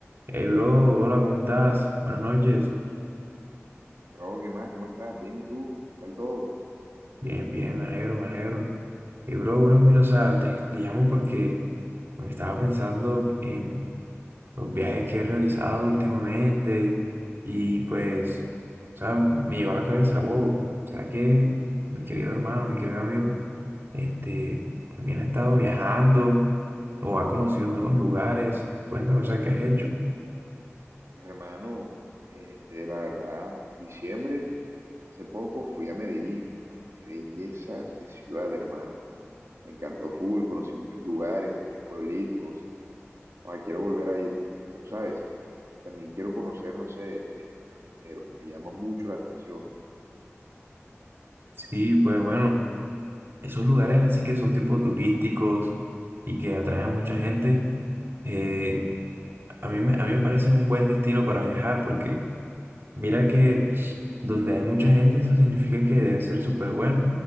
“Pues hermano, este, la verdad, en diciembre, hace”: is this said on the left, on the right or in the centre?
Right